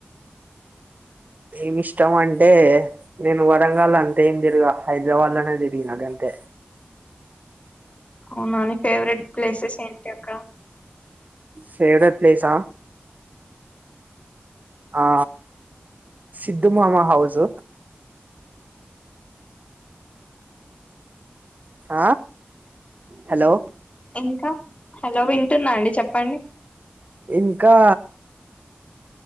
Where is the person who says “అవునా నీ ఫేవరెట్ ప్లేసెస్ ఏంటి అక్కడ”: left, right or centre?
Left